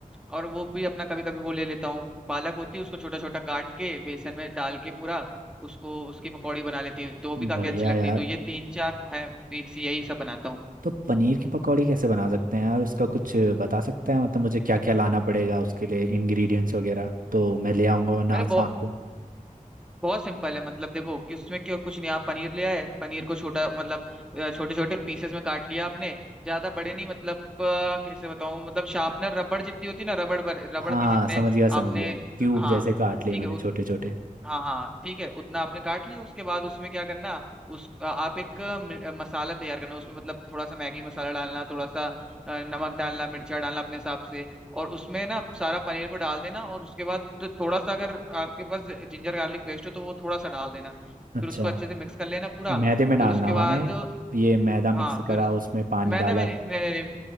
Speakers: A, in the centre; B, on the right.
A: और वो भी अपना कभी कभी वो ले लेता हूँ पालक होती है उसको छोटा छोटा काट के बेसन में डाल के पूरा उसको उसकी पकौड़ी बना लेती हूँ तो वो भी काफी
B: बढ़िया
A: अच्छी लगती
B: यार
A: है तो ये तीन चार है बेसी यही सब बनाता हूँ
B: तो पनीर की पकौड़ी कैसे बना सकते हैं यार उसका कुछ बता सकते हैं मतलब मुझे क्या क्या लाना पड़ेगा उसके लिए इंग्रेडिएंट्स वगैरह तो मैं ले आऊँगा वरना
A: अरे
B: आज शाम को
A: बहुत सिंपल है मतलब देखो कि उसमें क्यों कुछ नहीं आप पनीर ले आए पनीर को छोटा मतलब छोटे छोटे पीसेस में काट लिया आपने ज्यादा बड़े नहीं मतलब अ, कैसे बताऊं मतलब शार्पनर रबड़ जितनी होती है ना रबड़ बर- रबड़
B: हाँ
A: के
B: हाँ
A: जितने
B: समझ गया समझ
A: आपने
B: गया क्यूब
A: हाँ
B: जैसे काट लिए
A: ठीक
B: मैंने
A: है
B: छोटे छोटे
A: हाँ हाँ ठीक है उतना आपने काट लिया उसके बाद उसमें क्या करना उस आप एक मि- मसाला तैयार करना उसमें मतलब थोड़ा सा मैगी मसाला डालना थोड़ा सा अ, नमक डालना मिर्चा डालना अपने हिसाब से और उसमें ना सारा पनीर को डाल देना और उसके बाद तो थोड़ा सा अगर आपके पास जिंजर गार्लिक पेस्ट हो तो वो थोड़ा सा डाल देना
B: अच्छा
A: फिर उसको अच्छे से मिक्स कर लेना पूरा
B: मैदे में डालना
A: फिर उसके
B: हुआ
A: बाद
B: ना ये ये मैदा मिक्स
A: हाँ फिर
B: करा
A: उस-
B: उसमें पानी
A: मैदे
B: डाला
A: में नहीं नहीं नहीं नहीं,